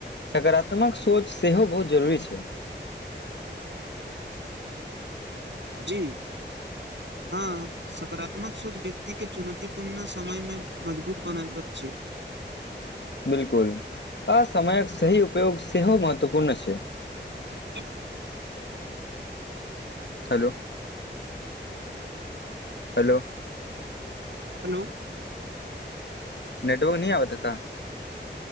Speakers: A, on the left; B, on the right.
A: सकारात्मक सोच सेहो बहुत जरूरी छै।
B: जी हँ सकारात्मक सोच व्यक्ति के चुनौतीपूर्ण समय मे मजबूत बनाबैत छै।
A: बिलकुल आ समयक सही उपयोग सेहो महत्वपूर्ण छै।
B: <unintelligible>
A: हेलो हेलो
B: हेलो
A: नेटवर्क नहि आब त का?